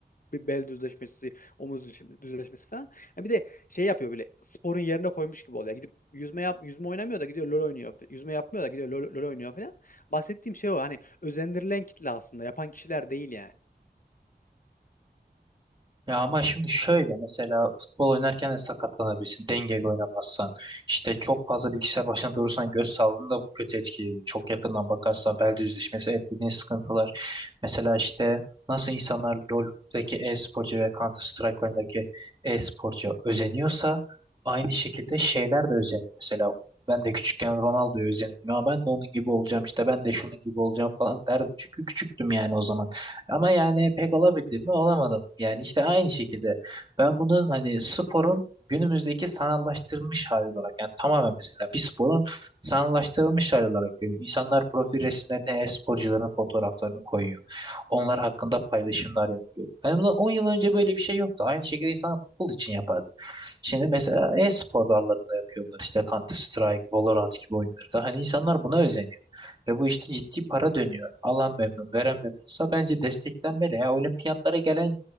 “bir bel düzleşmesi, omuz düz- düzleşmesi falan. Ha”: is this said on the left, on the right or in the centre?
Left